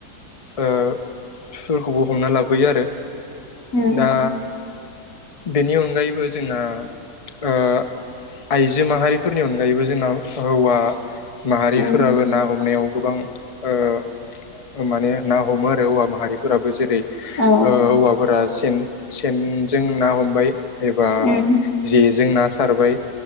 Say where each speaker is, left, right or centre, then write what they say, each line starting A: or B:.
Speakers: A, on the left; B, on the left.
A: <unintelligible> ओ फोरखौबो हमना लाबोयो आरो।
B: उम
A: दा बेनि अनगायैबो जोंना ओ आइजो माहारिफोरनि अनगायैबो जोंनाव हौवा माहारिफोराबो
B: उम
A: ना हमनायाव गोबां ओ माने ना हमो आरो हौवा माहारिफोराबो जेरै ओ
B: औ
A: हौवाफोरा सेन सेनजों ना हमबाय। एबा
B: उम
A: जेजों ना सारबाय